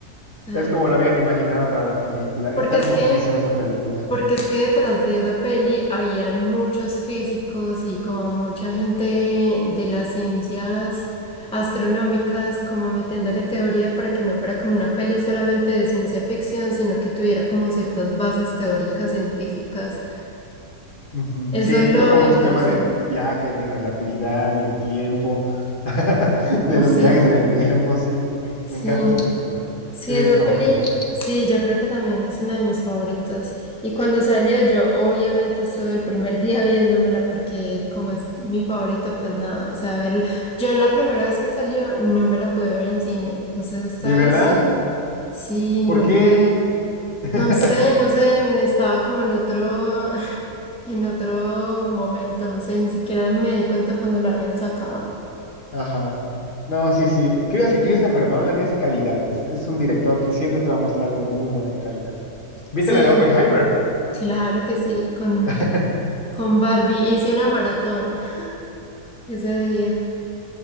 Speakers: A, in the centre; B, on the left.
A: O sea,
B: es como lo habían imaginado para la película,
A: porque
B: está hermosísima
A: es que,
B: esa película.
A: porque es que detrás de esa peli habían muchos físicos y como mucha gente de las ciencias astronómicas, como metiéndole teoría para que no fuera como una peli solamente de ciencia ficción, sino que tuviera como ciertas bases teóricas científicas.
B: Ujú.
A: Eso
B: Sí,
A: es lo
B: toca mucho
A: interesante.
B: tema de viajes de relatividad, del tiempo, <laughs> de
A: Uf,
B: los
A: sí,
B: viajes en el tiempo, sí,
A: sí,
B: me encanta esa película,
A: sí,
B: es
A: esa
B: de mis favoritas.
A: peli, sí, yo creo que también es una de mis favoritas. Y cuando salió, yo obviamente estuve el primer día viéndomela porque como es mi favorita, pues nada, o sea, verla. Yo la primera vez que salió no me la pude ver en cine, entonces esta
B: ¿De verdad?
A: vez sí, sí, no
B: ¿Por qué?
A: pude,
B: <laughs>
A: no sé, no sé, estaba como en otro, <laughs> en otro momento, no sé, ni siquiera me di cuenta cuando la habían sacado.
B: Ajá. No, sí, sí. Creo que Christopher Nolan es calidad. Es, es un director que siempre te va a mostrar algo de muy buena calidad. ¿Viste
A: Sí.
B: la de Oppenheimer?
A: Claro que sí, con,
B: <laughs>
A: con Barbie hice una maratón <laughs> ese día.